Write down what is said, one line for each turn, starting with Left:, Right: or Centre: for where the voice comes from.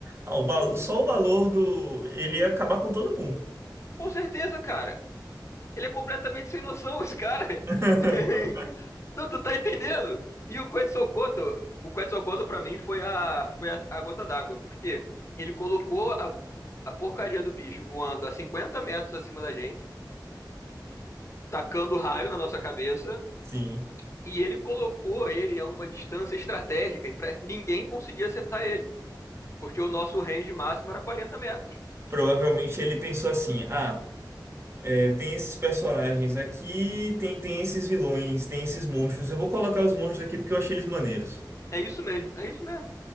Right: Ah, o ba- Só o valor do. Ele ia acabar com todo mundo.
Left: Com certeza, cara. Ele é completamente sem noção, esse cara.
Right: <laughs>
Left: <laughs> Não, tu tá entendendo? E o Quetzalcoatl, o Quetzalcoatl pra mim foi a, foi a, a gota d'água, porque ele colocou a, a porcaria do bicho voando a 50 metros acima da gente, tacando raio na nossa cabeça,
Right: Sim.
Left: e ele colocou ele a uma distância estratégica pra ninguém conseguir acertar ele, porque o nosso range máximo era 40 metros.
Right: Provavelmente ele pensou assim: ah, é, tem esses personagens aqui, tem, tem esses vilões, tem esses monstros. Eu vou colocar os monstros aqui porque eu achei eles maneiros.
Left: É isso mesmo, é isso mesmo.